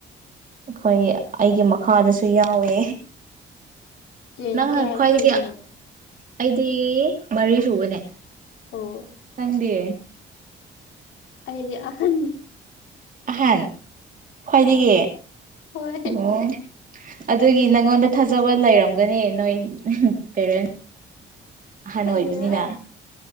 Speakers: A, on the right; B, on the left.
A: ꯑꯩꯈꯣꯏ ꯑꯩꯒꯤ ꯃꯈꯥꯗꯁꯨ ꯌꯥꯎꯋꯦ
B: ꯆꯦꯅ
A: ꯅꯪꯅ
B: ꯀꯌꯥ
A: ꯈ꯭ꯋꯥꯏꯗꯒꯤ
B: ꯁꯨꯕꯅꯣ
A: ꯑꯩꯗꯤ ꯃꯔꯤ ꯁꯨꯕꯅꯦ
B: ꯑꯣ
A: ꯅꯪꯗꯤ
B: ꯑꯩꯗꯤ ꯑꯍꯟ
A: ꯑꯍꯥꯟ ꯈ꯭ꯋꯥꯏꯗꯒꯤ
B: ꯍꯣꯏ
A: ꯑꯣ ꯑꯗꯨꯒꯤ ꯅꯪꯉꯣꯟꯗ ꯊꯥꯖꯕ ꯂꯩꯔꯝꯒꯅꯤ ꯅꯣꯏ ꯄꯦꯔꯦꯟ
B: <unintelligible>
A: ꯑꯍꯟ
B: ꯈꯪꯗꯦꯗ
A: ꯑꯣꯏꯕꯅꯤꯅ